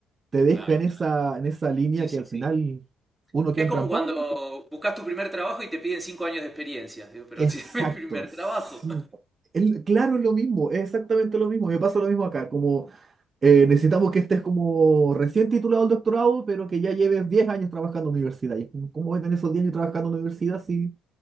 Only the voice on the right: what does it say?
te deja
en
esa, en esa línea
que al
final uno queda
entrampado
en la
Exacto,
sí.
El- claro, es lo mismo, es exactamente lo mismo. Me pasa lo mismo acá, como eh, necesitamos que estés como recién titulado al doctorado, pero que ya lleves diez años trabajando en la universidad. Y es como, ¿cómo voy a tener esos 10 años trabajando en la universidad si